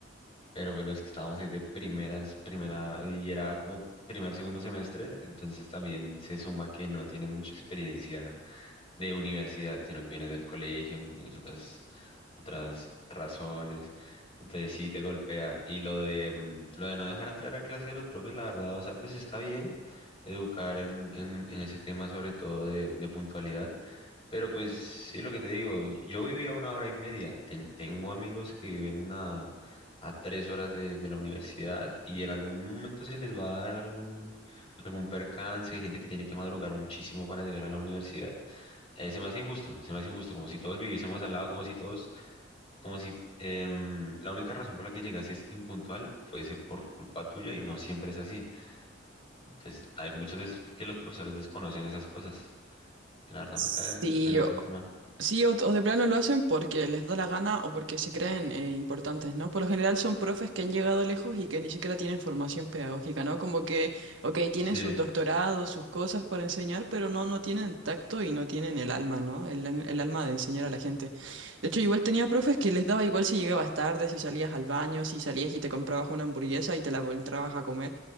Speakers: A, on the left; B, on the right.
A: pero pues los que estábamos ahí de primeras, primera, y era como primer, segundo semestre, entonces también se suma que no tienen mucha experiencia de universidad, sino que vienes del colegio, tienes otras, otras razones. Entonces sí te golpea. Y lo de, mm, lo de no dejar entrar a clase de los profes, la verdad, o sea, pues está bien educar en, en, en ese tema, sobre todo de, de puntualidad. Pero pues sí, lo que te digo, yo vivía una hora y media. Ten- tengo amigos que viven a, a tres horas de, de la universidad y en algún momento se les va a dar algún, algún percance, hay gente que tiene que madrugar muchísimo para llegar a la universidad. Eh, se me hace injusto, se me hace injusto, como si todos viviésemos al lado, como si todos, como si em, la única razón por la que llegases impuntual fuese por culpa tuya y no siempre es así. Entonces, hay muchas veces que los profesores desconocen esas cosas. y La verdad
B: Sí,
A: me cae, me cayó bastante mal.
B: Sí, o, o de plano lo hacen porque les da la gana o porque se creen eh, importantes, ¿no? Por lo general son profes que han llegado lejos y que ni siquiera tienen formación pedagógica, ¿no? Como que, ok, tienen
A: Sí,
B: sus doctorados, sus cosas para enseñar, pero no, no tienen tacto y no tienen el alma, ¿no? El, an- el alma de enseñar a la gente. De hecho, igual tenía profes que les daba igual si llegabas tarde, si salías al baño, si salías y te comprabas una hamburguesa y te la entrabas a comer.